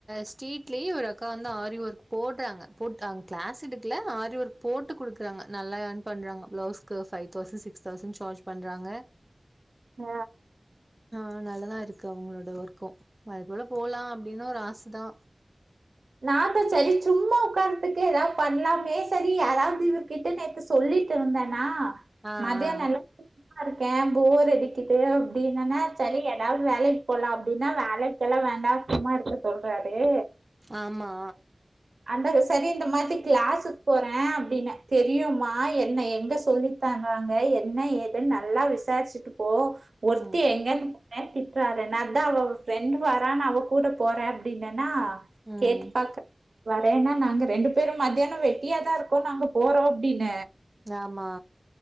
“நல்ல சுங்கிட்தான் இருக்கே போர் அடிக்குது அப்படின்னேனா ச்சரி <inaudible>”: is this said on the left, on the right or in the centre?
Right